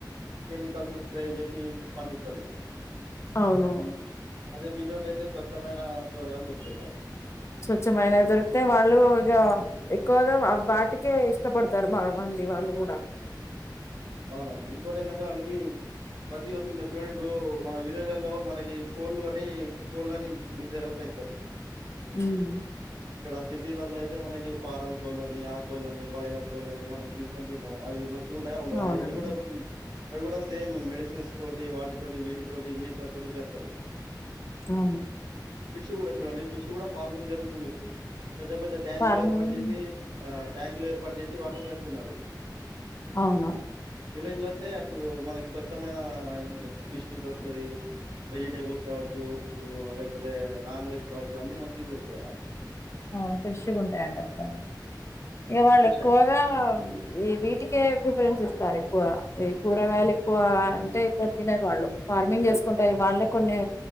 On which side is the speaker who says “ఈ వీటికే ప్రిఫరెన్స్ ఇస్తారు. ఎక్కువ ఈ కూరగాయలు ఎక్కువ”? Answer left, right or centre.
Left